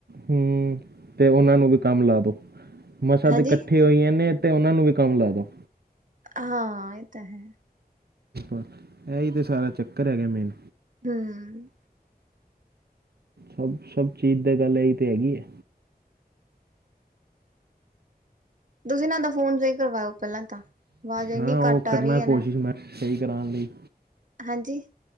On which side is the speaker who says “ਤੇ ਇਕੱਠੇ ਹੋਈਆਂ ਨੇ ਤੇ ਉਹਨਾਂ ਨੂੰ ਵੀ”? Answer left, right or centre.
Right